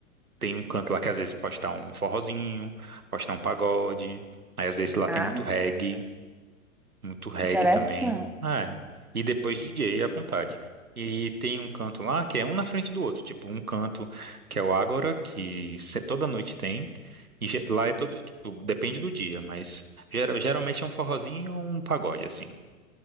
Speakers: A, on the right (about 85°); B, in the centre.
A: tem um canto lá que às vezes pode estar um forrozinho, pode estar um pagode, aí às vezes lá
B: Ah,
A: tem muito reggae.
B: interessante.
A: Muito reggae
B: Interessante.
A: também. Ah, é. E depois DJ à vontade. E tem um canto lá que é um na frente do outro. Tipo, um canto que é o Ágora, que se- toda noite tem. E ge- lá é todo, tipo, depende do dia, mas geral- geralmente é um forrozinho ou um pagode, assim.